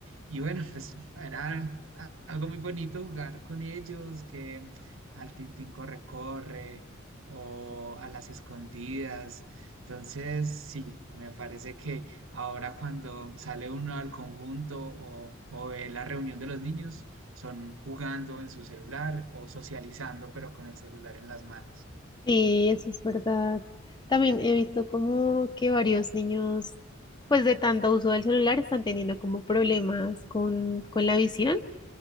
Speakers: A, on the right; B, on the left.
A: Y bueno, pues era a- algo muy bonito jugar con ellos, que al Tintín corre, corre o a las escondidas. Entonces, sí, me parece que ahora cuando sale uno al conjunto o, o ve la reunión de los niños, son jugando en su celular o socializando, pero con el celular en las manos.
B: Sí, eso es verdad. También he visto como que varios niños pues de tanto uso del celular están teniendo como problemas con, con la visión,